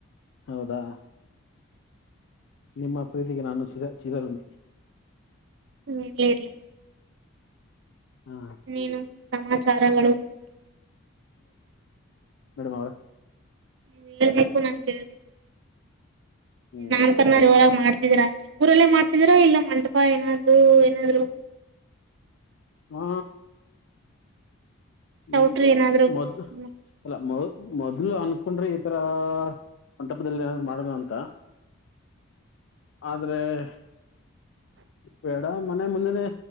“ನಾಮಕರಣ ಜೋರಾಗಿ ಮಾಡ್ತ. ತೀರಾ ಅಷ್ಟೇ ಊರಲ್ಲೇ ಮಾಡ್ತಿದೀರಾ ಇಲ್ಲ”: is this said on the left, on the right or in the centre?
Right